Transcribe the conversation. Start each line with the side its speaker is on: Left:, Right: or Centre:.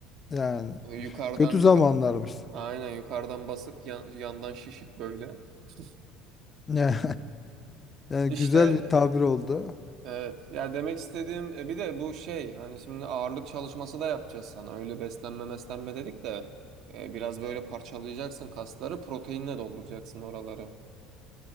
Left: Yani
Right: Yukarıdan
Left: kötü zamanlarmış.
Right: kı-
Left: <laughs>
Right: aynen yukarıdan basık yan- yandan şişik böyle. <laughs>
Left: Yani, yani
Right: İşte
Left: güzel bir tabir oldu.
Right: e, evet ya demek istediğim e, bir de bu şey hani şimdi ağırlık çalışması da yapacağız sana öyle beslenme meslenme dedik de e, biraz böyle parçalayacaksın kasları proteinle dolduracaksın oraları.